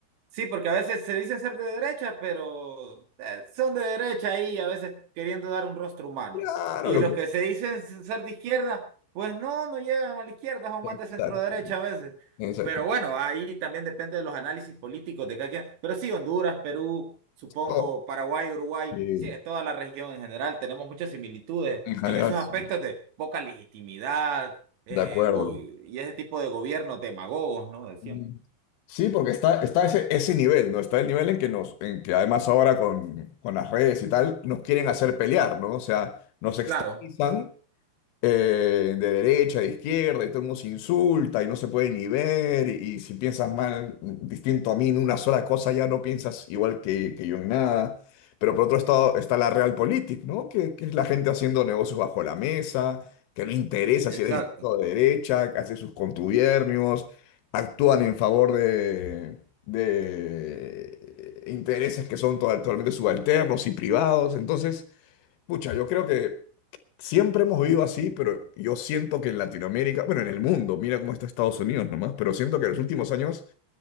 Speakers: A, on the right; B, on the left.
A: sí, porque a veces se dicen ser de derecha, pero eh, son de derecha ahí a veces queriendo dar un rostro humano.
B: Claro,
A: Y
B: lo
A: los
B: que...
A: que se dicen ser de izquierda, pues no, no llegan a la izquierda, son
B: Exactamente.
A: más de centro derecha a veces.
B: Exactamente.
A: Pero bueno, ahí también depende de los análisis políticos de cada quien. Pero sí, Honduras, Perú, supongo,
B: Oh,
A: Paraguay, Uruguay,
B: sí,
A: sí, en toda la región en general tenemos muchas similitudes
B: en general,
A: en esos
B: sí.
A: aspectos de poca legitimidad eh,
B: De acuerdo.
A: go- y ese tipo de gobiernos demagogos, ¿no? De siempre.
B: Mm. Sí, porque está, está ese, ese nivel, ¿no? Está el nivel en que nos, en que además ahora con, con las redes y tal, nos quieren hacer pelear, ¿no? O sea, nos extremizan
A: Claro.
B: eh, de derecha, de izquierda, y todo el mundo se insulta y no se puede ni ver, y, y si piensas mal, distinto a mí en una sola cosa, ya no piensas igual que, que yo en nada. Pero por otro lado está la realpolitik, ¿no? Que, que es la gente haciendo negocios bajo la mesa, que no interesa
A: Exacto.
B: si eres de izquierda o de derecha, que hace sus contubiernios, actúan en favor de... de intereses que son to- totalmente subalternos y privados. Entonces, Pucha, yo creo que siempre hemos vivido así, pero yo siento que en Latinoamérica, bueno, en el mundo, mira cómo está Estados Unidos nomás, pero siento que en los últimos años,